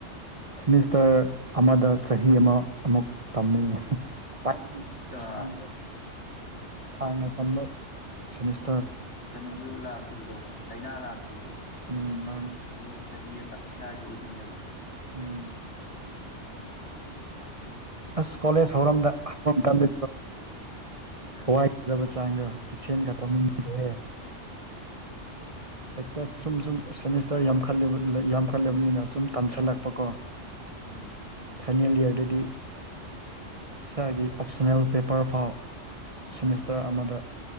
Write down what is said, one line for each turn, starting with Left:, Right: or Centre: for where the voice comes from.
Right: ꯁꯤꯦꯃꯤꯁꯇꯔ ꯑꯃꯗ ꯆꯍꯤ ꯑꯃ ꯑꯃꯨꯛ ꯇꯝꯃꯤ ꯈ꯭ꯋꯥꯏꯗꯒꯤ
Left: ꯑ
Right: ꯁꯥꯡꯅ ꯁꯥꯡꯅ ꯇꯝꯕ ꯁꯁ
Left: ꯀꯩꯅꯣꯁꯨ ꯂꯥꯛꯈꯤꯕꯗꯣ ꯂꯥꯏꯅꯥ ꯂꯥꯛꯈꯤꯕꯗꯣ
Right: ꯎꯝ ꯃꯥꯅꯦ
Left: ꯑꯗꯨꯒ ꯆꯍꯤ ꯑꯗꯥꯏꯗꯣ ꯑꯣꯏꯗꯣꯏꯅꯦꯕ
Right: ꯎꯦꯡ ꯑꯁ ꯀꯣꯂꯦꯖ ꯍꯧꯔꯝ ꯍꯧꯔꯝꯣ
Left: ꯑ
Right: ꯍꯋꯥꯏꯕ ꯆꯥꯡꯗꯣ ꯀꯞꯁꯦꯟ ꯈ ꯇꯧꯃꯤꯗꯍꯦ ꯍꯦꯛꯇ ꯁꯨꯝ ꯁꯨꯝ ꯁꯦꯃꯤꯁꯇꯔ ꯌꯥꯝꯈ ꯌꯥꯝꯈꯠꯂꯕꯅꯤꯅ ꯁꯨꯝ ꯇꯥꯟꯁꯤꯜꯂꯛꯄꯀꯣ
Left: ꯎꯝ
Right: ꯐꯥꯏꯅꯦꯜ ꯏꯌꯥꯔꯗꯗꯤ ꯏꯁꯥꯒꯤ ꯑꯣꯞꯁꯟꯅꯜ ꯄꯦꯄꯔ ꯐꯥꯎ ꯁꯦꯃꯤꯁꯇꯔ ꯑꯃꯗ